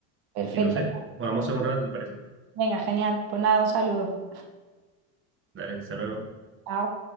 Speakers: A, on the right; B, on the right.
A: Perfecto.
B: Y no sé, vamos a un rato, ¿te parece?
A: Venga, genial. Pues nada, un saludo.
B: Dale, hasta luego.
A: Chao.